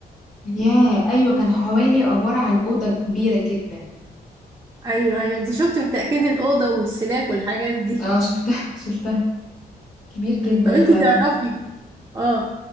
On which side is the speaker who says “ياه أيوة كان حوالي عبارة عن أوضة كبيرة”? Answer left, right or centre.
Left